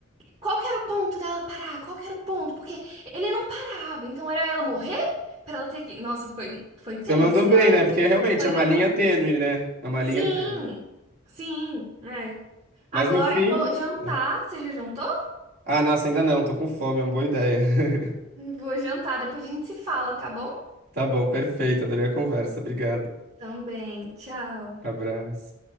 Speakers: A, on the right; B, on the right.
A: qual que era o ponto dela parar? Qual que era o ponto? Porque ele não parava. Então, era ela morrer pra ela ter que... Nossa, foi, foi tenso,
B: Você mandou
A: mas
B: bem, né? Porque realmente
A: foi
B: é uma
A: legal.
B: linha tênue, né? É uma
A: Sim,
B: linha tênue.
A: sim, é.
B: Mas
A: Agora
B: no fim.
A: eu vou jantar.
B: é.
A: Você já jantou?
B: Ah, nossa, ainda não, tô com fome, é uma boa ideia. <laughs>
A: Vou jantar. Depois a gente se fala, tá bom?
B: Tá bom, perfeito, adorei a conversa, obrigado.
A: Também. Tchau.
B: Abraço.